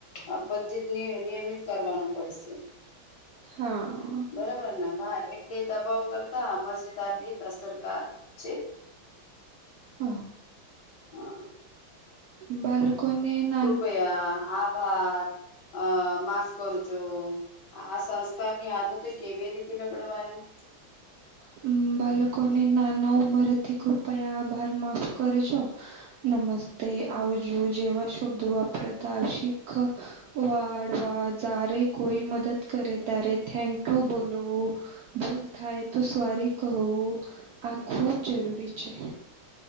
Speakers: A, on the left; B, on the right.
A: આ બધી જ નિયમિત કરવાનું પડશે
B: હા
A: બરોબર વા એટલે દબાવ કરતા મજેદાર રીત અસરકાર છે.
B: હ
A: હા,
B: બાલો. કોઈ ને ના.
A: કૃપયા આ. આ અ માફ કરજો આ સંસ્કારની આદત તે કેવી રીતે લકડવાની
B: હ બાળકોને નાના ઉમરથી કૃપયા આભાર માફ કરશો. નમસ્તે આવજો જેવા શબ્દો વાપરાદા શીખ. વાળવા જારે કોઈ મદદ કરે તારે થેન્ક યુ બોલો. ભૂલ થાય તો સ્વારી કહવું આ ખૂબ જરૂરી છે.